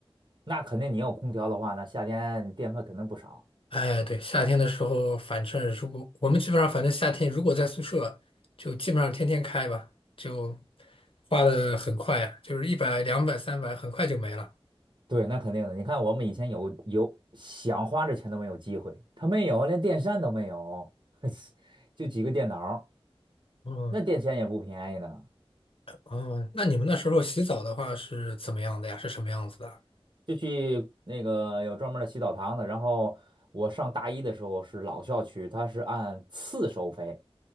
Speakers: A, on the right (about 55°); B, on the left (about 65°).
A: 那肯定你有空调的话那夏天你电费肯定不少。
B: 哎，对，夏天的时候，反正如果我们基本上，反正夏天如果在宿舍，就基本上天天开吧，就花的很快呀，就是一百、两百、三百，很快就没了。
A: 对，那肯定的。你看，我们以前有有想花这钱都没有机会，他没有，连电扇都没有，<laughs> 就几个电脑儿
B: 哦
A: 那电钱也不便宜的。
B: 哦，那你们那时候洗澡的话是怎么样的呀？是什么样子的？
A: 就去那个有专门儿的洗澡堂子，然后我上大一的时候是老校区，它是按次收费，